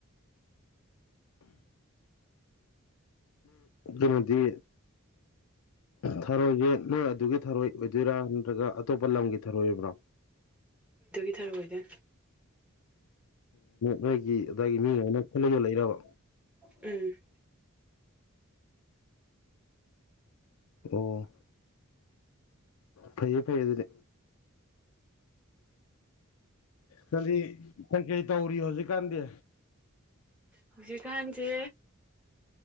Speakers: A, on the left (about 80°); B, in the centre.
A: ꯃꯗꯤ ꯊꯥꯔꯣꯏꯁꯦ ꯅꯣꯏ ꯑꯗꯨꯒꯤ ꯊꯥꯔꯣꯏ ꯑꯣꯏꯗꯣꯏꯔꯥ ꯅꯠꯇ꯭ꯔꯒ ꯑꯇꯣꯞꯄ ꯂꯝꯒꯤ ꯊꯔꯣꯏꯕ꯭ꯔꯥ
B: ꯊꯔꯨ ꯑꯣꯏꯗ
A: ꯅꯣꯏꯒꯤ ꯑꯗꯨꯏꯒꯤ ꯃꯤ ꯑꯃ ꯑꯃ ꯈꯨꯂꯒ ꯂꯩꯔꯕ
B: ꯎꯝ
A: ꯑꯣ ꯐꯩꯌ‌ꯦ ꯐꯩꯌ‌ꯦ ꯑꯗꯨꯗꯤ ꯀꯗꯤ ꯀꯩ ꯀꯩ ꯇꯧꯔꯤ ꯍꯧꯖꯤꯛ ꯀꯥꯟꯗꯦ
B: ꯍꯧꯖꯤꯛꯀꯥꯟꯁꯦ